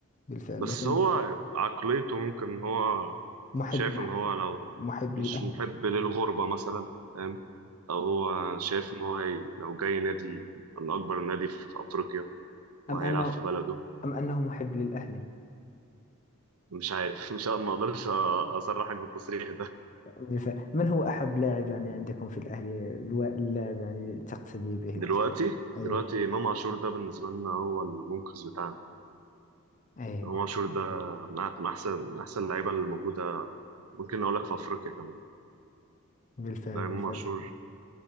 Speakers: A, on the left; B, on the right.
A: بالفعل
B: بس
A: لكن
B: هو عقليته ممكن إن هو
A: محب
B: شايف
A: محب
B: إن هو لو
A: محب
B: مش
A: للأهلي
B: محب للغربة مثلا فاهم أو هو شايف إن هو هي... لو جاي نادي من أكبر نادي في أفريقيا وهيلعب
A: أم أنه
B: في بلده
A: أم أنه محب للأهلي
B: مش عارف <laughs> مش ما اقدرش اصرحك بالتصريح
A: بالفعل من هو أحب لاعب يعني عندكم في الأهلي الو- اللاعب يعني تقتدي به وتحب
B: دلوقتي
A: أيوه
B: دلوقتي امام عاشور ده بالنسبه لنا هو المنقذ بتاعنا
A: أيوه
B: امام عاشور ده من أح- من احسن من احسن اللعيبه الموجوده ممكن اقول لك في افريقيا كمان
A: بالفعل
B: ده
A: بالفعل
B: امام عاشور